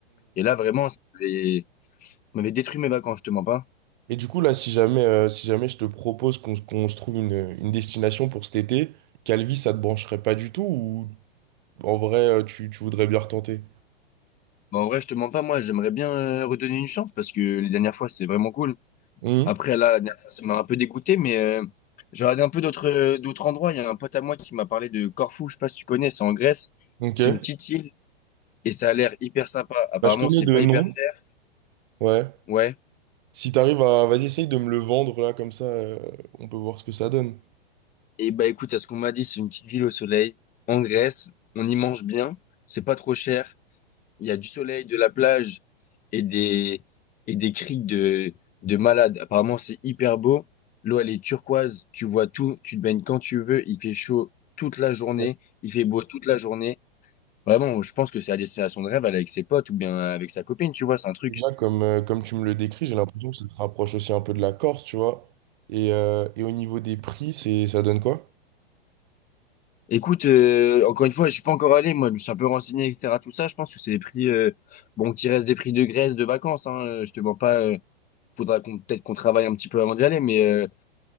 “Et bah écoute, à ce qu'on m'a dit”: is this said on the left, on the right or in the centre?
Left